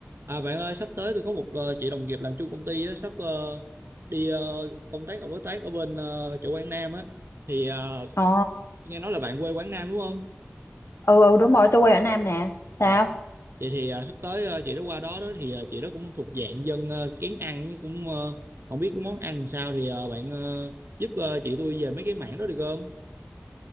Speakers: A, on the right; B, on the left.
A: À bạn ơi, sắp tới tôi có một ờ, chị đồng nghiệp làm chung công ty á, sắp ờ, đi ờ, công tác ở đối tác ở bên ờ, chỗ Quảng Nam á thì ờ,
B: Ồ,
A: nghe nói là bạn quê Quảng Nam đúng không?
B: ừ ừ đúng rồi, tôi quê ở Nam nè.
A: Ờ,
B: Sao?
A: vậy thì ờ, sắp tới ờ, chị đó qua đó đó thì ờ, chị đó cũng thuộc dạng dân ờ, kén ăn cũng ờ, không biết cái món ăn sao thì ờ, bạn ờ, giúp ờ, chị tôi về mấy cái mảng đó được không?